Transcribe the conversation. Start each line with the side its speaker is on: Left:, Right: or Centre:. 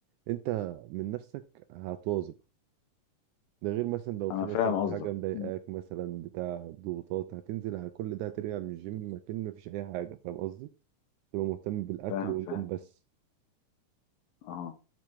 Right: انت من نفسك هتواظب ده غير مثلا لو
Left: انا
Right: في مثلا
Left: فاهم قصدك
Right: حاجة مضايقاك
Left: مم.
Right: مثلا بتاع ضغوطات هتنزل على كل ده هترجع من الجيم مكان مفيش أي حاجة فاهم قصدي؟ تبقى مهتم بالاكل
Left: فاهم
Right: والنوم
Left: فاهم
Right: بس
Left: اه